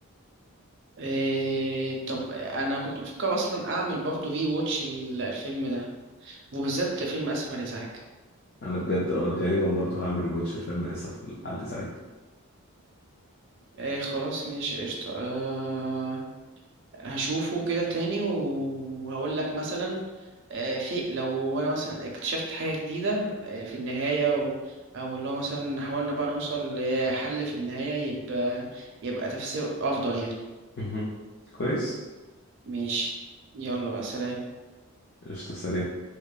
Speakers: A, on the right; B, on the left.
A: إيه طب انا كنت بفكر اصلا اعمل برضه ري ووتش الفيلم ده وبالذات فيلم اسف على الازعاج
B: انا بجد اه غالبا برضو هعمل ريواتش الفيلم اسف على الازعاج
A: ايه خلاص ماشي قشطة أه هشوفه كده تاني وهقول لك مثلا أه في لو انا مثلا اكتشفت حاجة جديدة أه في النهاية و او اللي هو مثلا حاولنا بقى نوصل لحل في النهاية يبقى يبقى تفسير افضل يعني
B: مهم. كويس
A: ماشي يلا بقى سلام
B: قشطة سلام